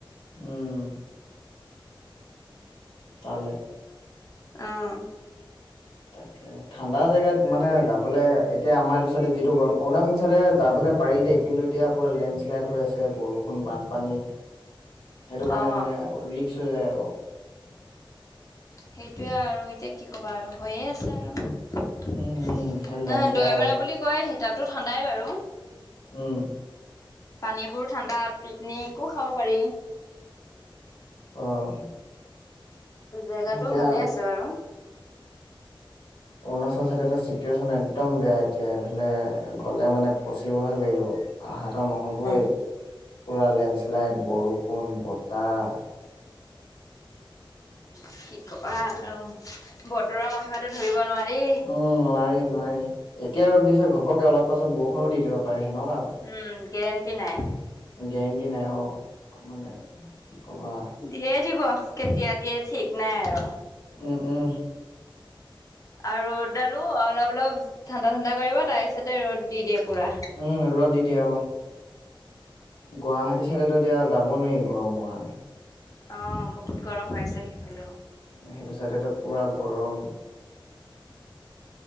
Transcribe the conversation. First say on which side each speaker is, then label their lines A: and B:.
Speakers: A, on the left (about 75°); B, on the left (about 40°).
A: উম তালে
B: অহ
A: তাকে ঠাণ্ডা জেগাত মানে যাবলৈ এতিয়া আমাৰ এইটো চাইডে যিটো গৰম অৰুণাচল চাইডে যাবলে পাৰি দেই কিন্তু এতিয়া পুৰা লেণ্ডশ্লাইড হৈ আছে বৰষুণ বানপানী সেইটো কাৰণে
B: অ
A: মানে ৰিক্স হৈ যায় আক
B: সেইটোয়ে আৰু এতিয়া কি ক'বা আৰু হৈয়ে আছে আৰু
A: উম উম সেই লেণ্ডশ্লাইড
B: এ দৈমেৰা বুলি কয় সি তাতো ঠাণ্ডাই বাৰু
A: উম
B: পানীবোৰো ঠাণ্ডা পিকনিকো খাব পাৰি।
A: আহ
B: জেগাটো
A: এতিয়া
B: ভালে আছে বাৰু
A: উম চ চাইডো চিটুৱেশ্যন একদম বেয়া এতিয়া এইফালে গ'লে মানে ফচিবহে লাগিব। আহাত নহ'বই
B: অ
A: পোৰা লেণ্ডশ্লাইড বৰষুণ বতাহ।
B: কি কবা অ' বতৰৰ মহিমাটো ধৰিব নোৱাৰি।
A: উম নোৱাৰি নোৱাৰি এতিয়া ৰ'দ দিছে ঘপকে অলপ পাছত বৰষুণ দি দিব পাৰে। সেনেকুৱা আৰু
B: উম গেৰেণ্টি নাই
A: গেৰেণ্টি নাই অ' মানে কি কবা
B: দিয়ে দিব। কেতিয়া দিয়ে ঠিক নাই আৰু
A: উম উম
B: আৰু ৰ'দডালো অলপ অলপ ঠাণ্ডা ঠাণ্ডা কৰিব তাৰ পিছতে ৰ'দ দি দিয়ে। পুৰা
A: উম ৰ'দ দি দিয়ে অ' গুৱাহাটী চাইডো এতিয়া যাব নোৱাৰি। গৰমৰ কাৰণে
B: অ' বহুত গৰম হৈ আছে সেইফালে অ'
A: সেইটো চাইডটো পোৰা গৰম।